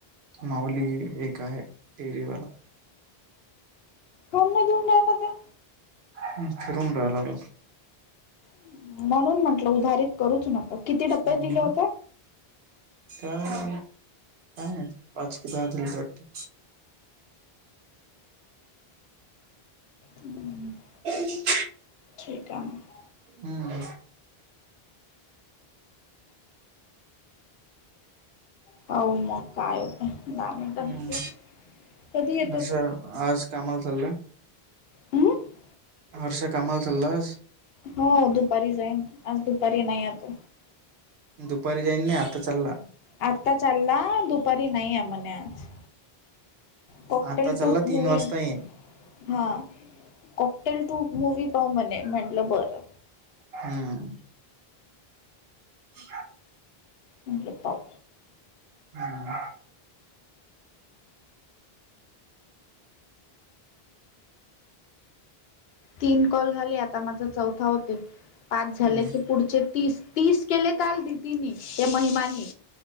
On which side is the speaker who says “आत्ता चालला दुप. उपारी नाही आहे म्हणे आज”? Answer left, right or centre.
Left